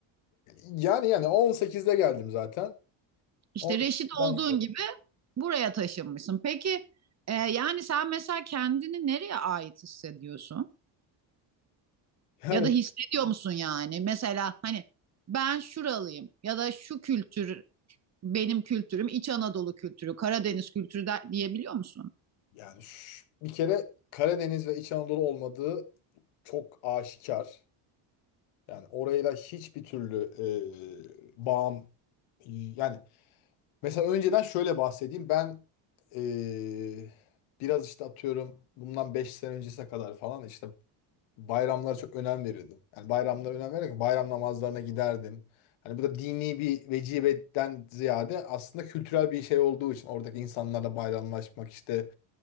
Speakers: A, on the left; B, on the right.
A: Yani yani 18'de geldim zaten.
B: İşte
A: 18'den
B: reşit olduğun
A: sonra.
B: gibi buraya taşınmışsın. Peki e, yani sen mesela kendini nereye ait hissediyorsun?
A: Yani
B: Ya da hissediyor musun yani? Mesela hani ben şuralıyım ya da şu kültür benim kültürüm İç Anadolu kültürü, Karadeniz kültürü de, diyebiliyor musun?
A: Yani şş, bir kere Karadeniz ve İç Anadolu olmadığı çok aşikar. Yani orayla hiçbir türlü e, bağım yani mesela önceden şöyle bahsedeyim. Ben e, biraz işte atıyorum bundan 5 sene öncesine kadar falan işte bayramlara çok önem verirdim. Yani bayramlara önem verirken bayram namazlarına giderdim. Hani bu da dini bir vecibeden ziyade aslında kültürel bir şey olduğu için oradaki insanlarla bayramlaşmak işte